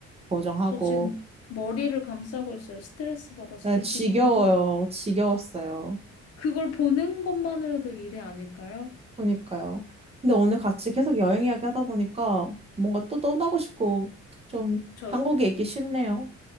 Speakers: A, on the right (about 20°); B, on the left (about 55°).
A: 보정하고
B: 저 지금 머리를 감싸고 있어요. 스트레스 받아서
A: 네,
B: 듣기만
A: 지겨워요.
B: 해도. <laughs>
A: 지겨웠어요.
B: 그걸 보는 것만으로도 일이 아닐까요?
A: 그러니까요. 근데 오늘 같이 계속 여행 이야기 하다 보니까 뭔가 또 떠나고 싶고 좀
B: 저,
A: 한국에 있기 싫네요.